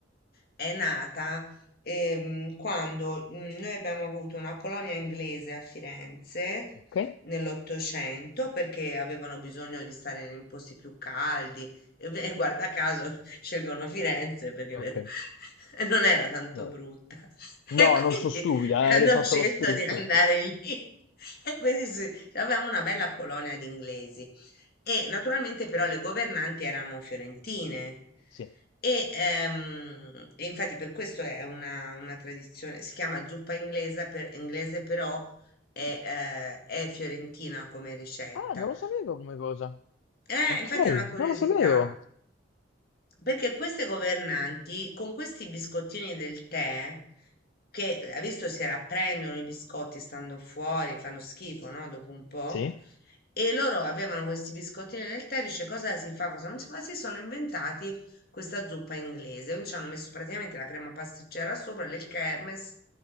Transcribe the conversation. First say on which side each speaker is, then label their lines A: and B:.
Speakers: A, on the left (about 50°); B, on the left (about 80°).
A: è nata ehm, quando mm, noi abbiamo avuto una colonia inglese a Firenze
B: ok,
A: nell'Ottocento perché avevano bisogno di stare in posti più caldi e, ve- e guarda caso <laughs> scelgono Firenze perché
B: ok.
A: ve- <laughs> non era tanto
B: Vabbè.
A: brutta <laughs>
B: No,
A: e quindi
B: non sono stupida, eh,
A: hanno
B: avrei fatto
A: scelto
B: lo stesso.
A: di andare lì <laughs> e quindi sì, avevamo una bella colonia di inglesi e naturalmente però le governanti erano fiorentine
B: Sì.
A: e, ehm, e infatti per questo è una, una tradizione, si chiama zuppa inglese, per- inglese però è,
B: Ah,
A: eh, è fiorentina come ricetta.
B: non lo sapevo come cosa.
A: Eh,
B: Ok,
A: infatti è una curiosità,
B: non lo sapevo.
A: perché queste governanti con questi biscottini del tè, che ha visto si rapprendono i biscotti stando fuori, fanno schifo, no? Dopo un po',
B: Sì.
A: e loro avevano questi biscottini nel tè, dice cosa si fa, cosa non si fa, si sono inventati questa zuppa inglese, quindi ci hanno messo praticamente la crema pasticcera sopra, del kermes